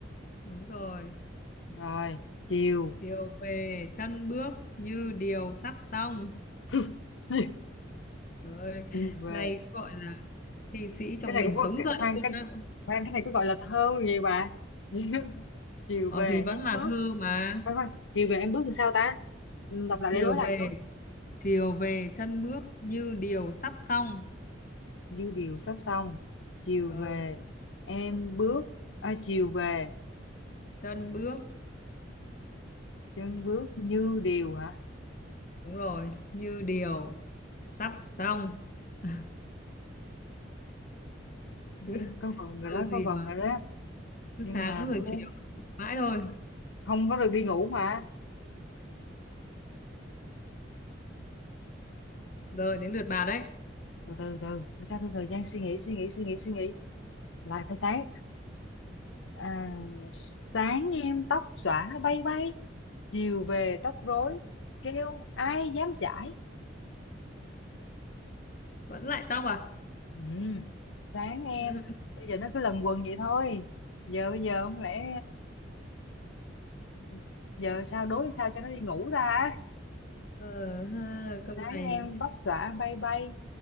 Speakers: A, on the left; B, on the left.
A: đúng rồi
B: rồi chiều
A: chiều về chân bước như điều sắp xong
B: <laughs> chiều
A: trời ơi
B: chiều về
A: này gọi là thi sĩ trong
B: cái này
A: mình
B: cũng có
A: sống dậy
B: khoan
A: luôn
B: cái
A: á
B: khoan cái này có gọi là thơ gì bà <laughs> chiều
A: ờ
B: về
A: thì vẫn
B: em
A: là
B: bước
A: thơ mà
B: Khoan khoan, chiều về em bước làm sao ta? Ừ, Đọc lại
A: chiều
B: để đối lại
A: về
B: coi.
A: chiều về chân bước như điều sắp xong
B: Dư điều sắp xong. Chiều
A: ờ
B: về em bước. À, chiều về
A: chân bước
B: chân bước như điều hả?
A: đúng rồi như điều sắp xong <laughs>
B: Nghe,
A: cứ
B: có vần rồi
A: thơ
B: đó,
A: gì
B: có vần
A: mà
B: rồi đó.
A: cứ
B: Nhưng
A: sáng
B: mà
A: rồi
B: thôi
A: chiều
B: đấy,
A: mãi thôi
B: không có được đi ngủ mà.
A: rồi đến lượt bà đấy
B: Từ từ từ, phải cho tôi thời gian suy nghĩ, suy nghĩ, suy nghĩ, suy nghĩ. Lại phải sáng. À, sáng em tóc xõa bay bay. Chiều về tóc rối. Kêu ai dám chải?
A: vẫn lại tóc à
B: Ừ, sáng em
A: <laughs>
B: bây giờ nó cứ lần quần vậy thôi giờ bây giờ không lẽ ờ, giờ sao đối sao cho nó đi ngủ ta
A: ờ ha, câu
B: sáng
A: này
B: em tóc xõa bay bay